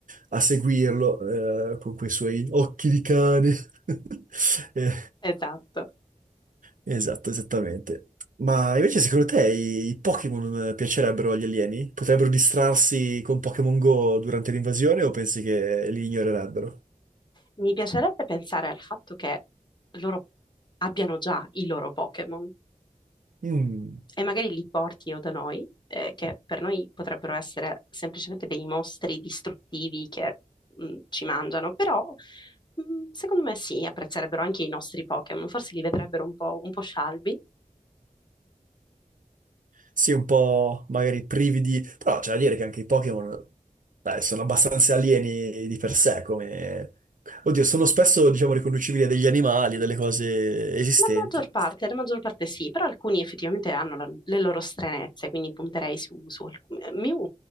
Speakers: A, on the right; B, on the left.
A: a seguirlo eh, con quei suoi occhi di cane. <laughs> Eh,
B: Esatto.
A: Esatto, esattamente. Ma invece secondo te i, i Pokémon eh, piacerebbero agli alieni? Potrebbero distrarsi con Pokémon Go durante l'invasione o pensi che li ignorerebbero?
B: Mi piacerebbe pensare al fatto che loro abbiano già i loro Pokémon
A: Mm,
B: e magari li portino da noi, eh, che per noi potrebbero essere semplicemente dei mostri distruttivi che mh, ci mangiano, però mh, secondo me sì, apprezzerebbero anche i nostri Pokémon, forse li vedrebbero un po', un po' scialbi
A: Sì, un po' magari privi di... Però c'è da dire che anche i Pokémon, beh, sono abbastanza alieni di per sé, come... Oddio, sono spesso, diciamo, riconducibili a degli animali, a delle cose esistenti.
B: La maggior parte, la maggior parte sì, però alcuni effettivamente hanno la- le loro stranezze, quindi punterei su, su alcuni. Eh, Mew,